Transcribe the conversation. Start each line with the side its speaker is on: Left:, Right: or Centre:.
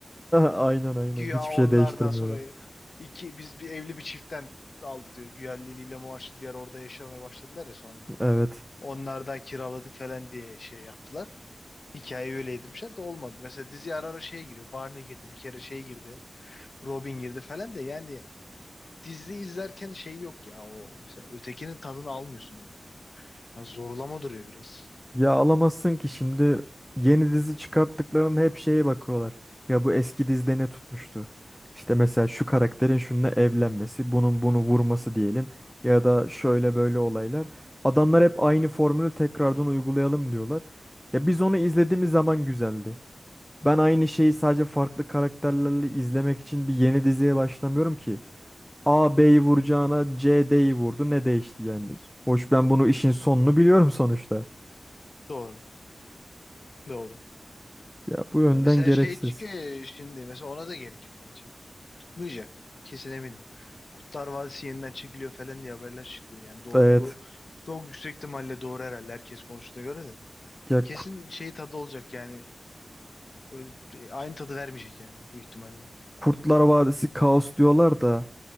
Centre: aynen aynen
Left: Güya
Centre: hiçbir
Left: onlardan
Centre: şey değiştirmiyorlar.
Left: sonra iki biz bir evli bir çiftten aldık diyor. Güya Lili ile Muaşlı bir yer orada yaşamaya başladılar ya sonra.
Centre: Evet.
Left: Onlardan kiraladık falan diye şey yaptılar. Hikayeyi öyle yedirmişler de olmadı. Mesela dizi ara ara şeye giriyor. Barney girdi bir kere şey girdi. Robin girdi falan da yani dizi izlerken şey yok ya o mesela ötekinin tadını almıyorsun onu. Yani zorlama duruyor biraz.
Centre: Ya alamazsın ki şimdi yeni dizi çıkarttıklarının hep şeye bakıyorlar. Ya bu eski dizide ne tutmuştu? İşte mesela şu karakterin şununla evlenmesi, bunun bunu vurması diyelim ya da şöyle böyle olaylar. Adamlar hep aynı formülü tekrardan uygulayalım diyorlar. Ya biz onu izlediğimiz zaman güzeldi. Ben aynı şeyi sadece farklı karakterlerle izlemek için bir yeni diziye başlamıyorum ki. A B'yi vuracağına C D'yi vurdu. Ne değişti yani? Hoş ben bunu işin sonunu biliyorum sonuçta.
Left: Doğru. Doğru.
Centre: Ya bu yönden
Left: Ya mesela
Centre: gereksiz.
Left: şey çıkıyor şimdi mesela ona da gerek yok bence. kutlayacak. Kesin eminim. Kurtlar Vadisi yeniden çekiliyor falan diye haberler çıktı. Yani doğruluğu
Centre: Evet.
Left: çok yüksek ihtimalle doğru herhalde herkes konuştuğuna göre de.
Centre: Ya
Left: Kesin
Centre: Kurt-
Left: şey tadı olacak yani. Öz- e, aynı tadı vermeyecek yani bu ihtimalle.
Centre: Kurtlar Vadisi kaos diyorlar da